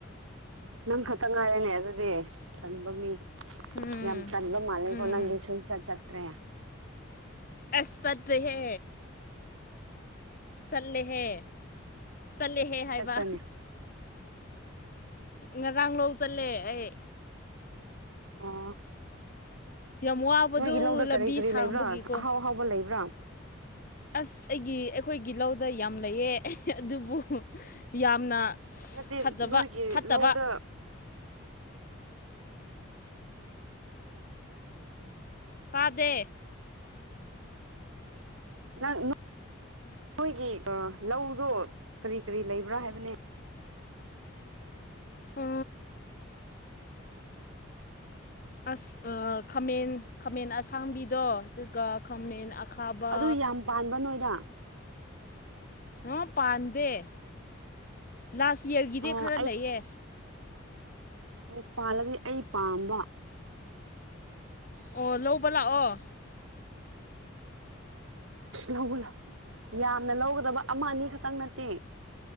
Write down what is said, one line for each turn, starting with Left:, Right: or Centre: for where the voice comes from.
Right: ꯅꯪ ꯈꯛꯇ ꯉꯥꯏꯔꯅꯦ ꯑꯗꯨꯗꯤ ꯇꯟꯕ ꯃꯤ
Left: ꯎꯝ
Right: ꯌꯥꯝ ꯇꯟꯕ ꯃꯥꯜꯂꯤꯒꯣ
Left: ꯎꯝ
Right: ꯅꯪꯗꯤ ꯁꯨꯡꯆꯠ ꯆꯠꯇ꯭ꯔꯌꯥ
Left: ꯑꯁ ꯆꯇꯦꯍꯦ ꯆꯜꯂꯦꯍꯦ ꯆꯠꯂꯦꯍꯦ ꯍꯥꯏꯕ
Right: ꯆꯠꯄ꯭ꯔꯅꯦ
Left: ꯉꯔꯥꯡ ꯂꯧ ꯆꯜꯂꯦ ꯑꯩ
Right: ꯑꯥ
Left: ꯌꯥꯝ ꯋꯥꯕꯗꯨ
Right: ꯅꯣꯏꯒꯤ ꯂꯧꯗ
Left: ꯂꯝꯕꯤ
Right: ꯀꯔꯤ ꯀꯔꯤ
Left: ꯁꯥꯡꯕꯒꯤꯀꯣ
Right: ꯂꯩꯕ꯭ꯔꯥ ꯑꯍꯥꯎ ꯑꯍꯥꯎꯕ ꯂꯩꯕ꯭ꯔꯥ
Left: ꯑꯁ ꯑꯩꯒꯤ ꯑꯩꯈꯣꯏꯒꯤ ꯂꯧꯗ ꯌꯥꯝ ꯂꯩꯌꯦ ꯑꯗꯨꯕꯨ ꯌꯥꯝꯅ
Right: ꯅꯠꯇꯦ
Left: ꯐꯖꯕ
Right: ꯅꯣꯏꯒꯤ
Left: ꯐꯠꯇꯕ
Right: ꯂꯧꯗ
Left: ꯄꯥꯗꯦ
Right: ꯅꯪ ꯅꯣꯏꯒꯤ ꯂꯧꯗꯣ ꯀꯔꯤ ꯀꯔꯤ ꯂꯩꯕ꯭ꯔꯥ ꯍꯥꯏꯕ <unintelligible>
Left: ꯑ ꯑꯁ ꯑꯥ ꯈꯥꯃꯦꯟ ꯈꯥꯃꯦꯟ ꯑꯁꯥꯡꯕꯤꯗꯣ ꯑꯗꯨꯒ ꯈꯥꯃꯦꯟ ꯑꯈꯥꯕ
Right: ꯑꯗꯨ ꯌꯥꯝ ꯄꯥꯟꯕ꯭ꯔꯥ ꯅꯣꯏꯗ
Left: ꯑꯣ ꯄꯥꯟꯗꯦ ꯂꯥꯁ ꯌꯔꯒꯤꯗꯤ
Right: ꯑꯥ
Left: ꯈꯔ ꯂꯩꯌꯦ
Right: ꯑꯣ ꯄꯥꯜꯂꯗꯤ ꯑꯩ ꯄꯥꯝꯕ
Left: ꯑꯣ ꯂꯧꯕ ꯂꯥꯛꯑꯣ
Right: ꯂꯧꯕ ꯂꯛ ꯌꯥꯝꯅ ꯂꯧꯒꯗꯕ ꯑꯃ ꯑꯅꯤ ꯈꯛꯇꯪ ꯅꯠꯇꯦ